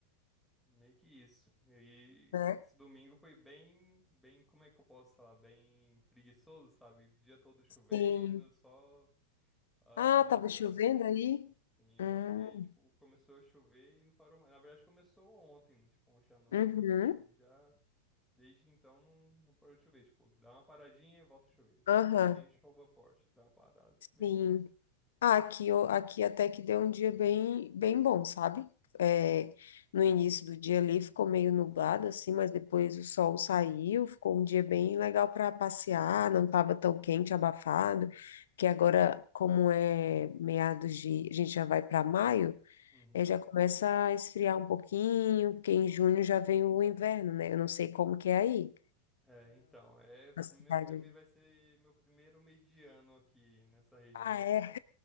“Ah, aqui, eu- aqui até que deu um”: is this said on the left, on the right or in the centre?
Left